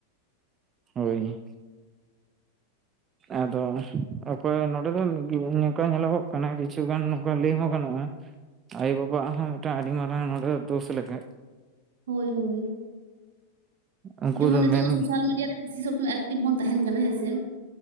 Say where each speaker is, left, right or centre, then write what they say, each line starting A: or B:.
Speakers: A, on the right; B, on the right.
A: ᱦᱳᱭ, ᱟᱫᱚ ᱚᱠᱚᱭ ᱱᱚᱰᱮ ᱨᱮᱱ ᱜᱮ ᱩᱸ ᱱᱚᱝᱠᱟ ᱧᱮᱞᱚᱜᱚᱜ ᱠᱟᱱᱟ ᱡᱮ ᱠᱤᱪᱷᱩ ᱜᱟᱱ ᱱᱚᱝᱠᱟ ᱞᱟᱹᱭ ᱦᱚᱸ ᱜᱟᱱᱚᱜᱼᱟ, ᱟᱭᱳᱼᱵᱟᱵᱟ ᱦᱟᱸᱜ ᱦᱚᱸ ᱢᱤᱫᱴᱟᱝ ᱟᱹᱰᱤ ᱢᱟᱨᱟᱝ ᱱᱚᱰᱮ ᱫᱚ ᱫᱳᱥ ᱞᱮᱠᱷᱟᱡ,
B: ᱦᱳᱭ ᱦᱳᱭ᱾
A: ᱩᱱᱠᱩ
B: ᱡᱮᱢᱚᱱ
A: ᱢᱮᱱ
B: ᱱᱤᱛᱚᱜ ᱫᱚ ᱥᱳᱥᱟᱞ ᱢᱤᱰᱤᱭᱟ ᱨᱮ ᱵᱤᱥᱤ ᱥᱚ ᱠᱷᱚᱱᱟᱜ ᱮᱠᱴᱤᱵᱷ ᱵᱚᱱ ᱛᱟᱦᱮᱱ ᱠᱟᱱᱟ, ᱦᱮᱸ ᱥᱮ?